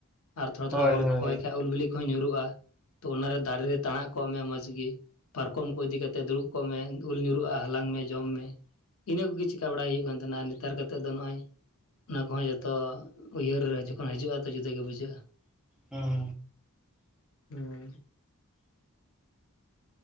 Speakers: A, on the left; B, in the centre.
A: ᱟᱨ ᱛᱷᱚᱲᱟ, ᱛᱷᱚᱲᱟ
B: ᱦᱳᱭ
A: <unintelligible>
B: ᱦᱳᱭ
A: ᱦᱚᱭ ᱠᱷᱟᱡ᱾ ᱩᱞ ᱵᱤᱞᱤ ᱠᱚ ᱧᱩᱨᱩᱜᱼᱟ᱾ ᱛᱚ ᱚᱱᱟ ᱨᱮ ᱫᱟᱨᱮ ᱨᱮ ᱛᱟᱲᱟ-ᱜ ᱠᱚᱜ ᱢᱮ ᱢᱚᱸᱡᱽ ᱜᱮ ᱯᱟᱨᱠᱚᱢ ᱠᱚ ᱤᱫᱤ ᱠᱟᱛᱮ-ᱜ ᱫᱩᱲᱩᱵ ᱠᱚᱜ ᱢᱮ ᱾ ᱩᱞ ᱧᱩᱨᱩᱜᱼᱟ ᱦᱟᱞᱟᱝ ᱢᱮ ᱡᱚᱢ ᱢᱮ᱾ ᱤᱱᱟᱹ ᱠᱚᱜᱮ ᱪᱤᱠᱟ ᱵᱟᱲᱟᱭ ᱦᱩᱭᱩᱼᱜ ᱠᱟᱱ ᱛᱟᱦᱮᱱᱟ ᱾ ᱟᱨ ᱱᱮᱛᱟᱨ ᱠᱟᱛᱮᱫ ᱫᱚ ᱱᱚᱜᱼᱚᱭ ᱚᱱᱟ ᱠᱚ-ᱦᱚᱸ ᱡᱷᱚᱛᱚ ᱩᱭᱦᱟᱹᱨ ᱨᱮ ᱦᱤᱡᱩᱜ <unintelligible> ᱦᱤᱡᱩᱜᱼᱟ ᱟᱫᱚ ᱡᱩᱫᱟᱹ ᱜᱮ ᱵᱩᱡᱷᱟᱹᱜᱼᱟ᱾
B: ᱦᱩᱸ
A: ᱚᱸ